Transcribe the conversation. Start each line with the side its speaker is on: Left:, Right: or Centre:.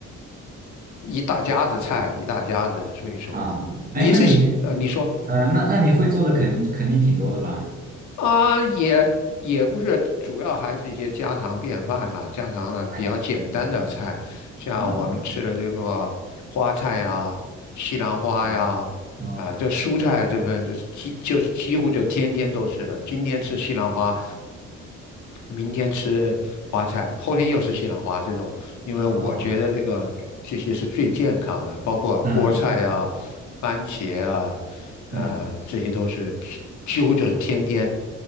Left: 一大家子菜，一大家子。所以说
Right: 啊，
Left: 你是喜呃，
Right: 哎，那你
Left: 你说
Right: 呃，那那你会做的肯肯定挺多的吧？
Left: 啊、也也不是，主要还是一些家常便饭了，家常的比较简单的菜，
Right: 嗯嗯嗯
Left: 像我们吃的这个花菜呀、
Right: 嗯嗯，
Left: 西兰花呀。
Right: 哦哦
Left: 啊，就蔬菜这份就是几就是几乎就天天都是的，今天吃西兰花，明天吃花菜，后天又是西兰花这种。因为我觉得这个这些是最健康的，
Right: 哦，
Left: 包括菠菜啊、
Right: 嗯嗯
Left: 番茄啊，呃，
Right: 嗯，
Left: 这些都是几几乎就是天天